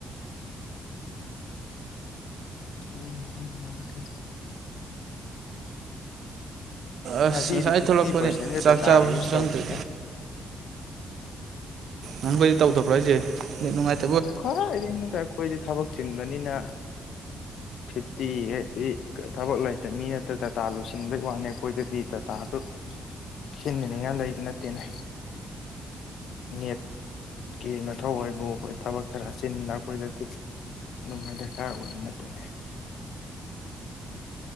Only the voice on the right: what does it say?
ꯑꯁ
ꯉꯁꯥꯏ
ꯊꯣꯛꯂꯛꯄꯅꯦ
ꯆꯥꯛ
ꯆꯥꯕꯁꯨ
ꯆꯪꯗ꯭ꯔꯤ
ꯅꯪꯕꯨꯩꯗꯤ ꯇꯧꯗꯕ꯭ꯔꯥ ꯑꯩꯁꯦ ꯅꯨꯡꯉꯥꯏꯇꯦ